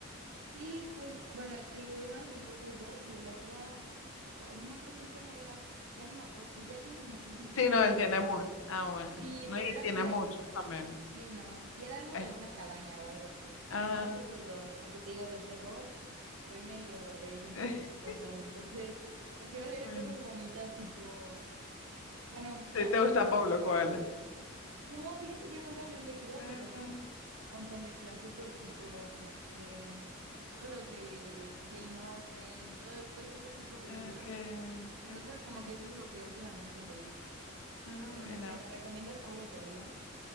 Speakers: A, on the right; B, on the left.
A: sí, pues bueno, te digo, yo nada más leí esos dos y el otro, ay, no me acuerdo bien cómo era, ya ni me acuerdo, ya tiene muchísimos
B: Sí,
A: años
B: no,
A: que
B: él
A: lo
B: tiene
A: leí.
B: mucho. Ah, bueno.
A: Sí,
B: No,
A: pero
B: y
A: era
B: tiene
A: como
B: muchos
A: en,
B: también.
A: sí, no, y era algo
B: Eh,
A: de una cabaña o algo así, pero
B: ah,
A: nada más esos dos, porque te digo, de terror, soy medio débil
B: <laughs>
A: para esas cosas, entonces prefiero leer
B: bueno.
A: cosas bonitas tipo, bueno, me
B: Sí,
A: regalaron
B: te gusta
A: como,
B: Pablo Coelho.
A: no, fíjate que nunca lo he leído,
B: Ah,
A: pero sí un montón de clásicos tipo este todos los de Jane Austen y todo, todos esos tipos de
B: ok,
A: libros. Entonces, como
B: ok.
A: que eso es lo que últimamente leí.
B: Ah,
A: Pero
B: mira.
A: no sé, ¿me recomiendas Paulo Coelho?